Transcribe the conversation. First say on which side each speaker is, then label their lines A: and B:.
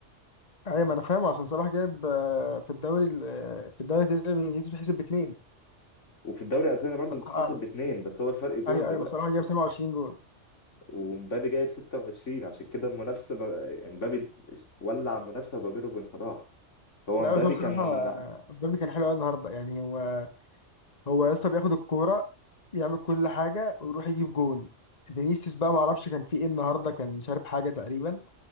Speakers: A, on the left; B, on the left.
A: ايوه ما انا فاهم عشان صلاح جايب آه، في الدوري ال- آه، في الدوري الانجليزي بيحسب باتنين
B: وفي الدوري الأسباني برضو
A: صلاح
B: بتتحسب
A: اعلى
B: باتنين بس هو الفرق جون
A: ايوه
B: دلوقتي
A: ايوه صلاح جايب 27 جون
B: ومبابي جايب 26 عشان كده المنافسة بقى- يعني مبابي ولع المنافسة ما بينه وبين صلاح هو
A: لا
B: مبابي
A: بس هو بصراحه
B: كان
A: آه، مبابي كان حلو قوي النهارده يعني هو هو يا اسطى بياخد الكوره يعمل كل حاجه ويروح يجيب جون فينيسيوس بقى ما اعرفش كان في ايه النهارده كان شارب حاجه تقريبا